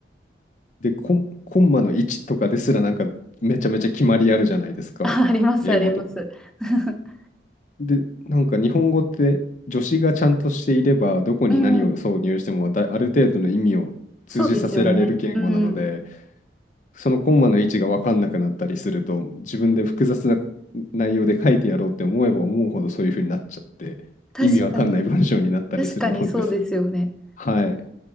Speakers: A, on the left; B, in the centre.
A: で、コン、コンマの位置とかですらなんかめちゃめちゃ決まりあるじゃないですか。
B: <laughs> あ、あります、
A: 英語と
B: あります。<laughs>
A: で、なんか日本語って助詞がちゃんとしていれば、どこに何を挿入してもだ、
B: うん、
A: ある程度の意味を通じさせられる言語なので、
B: そうですよね。うん、
A: そのコンマの位置が分かんなくなったりすると、自分で複雑な内容で書いてやろうって思えば思うほどそういう風になっちゃって、
B: 確かに、
A: 意味わかんない文章になったりするのです。
B: 確かにそうですよね。
A: はい。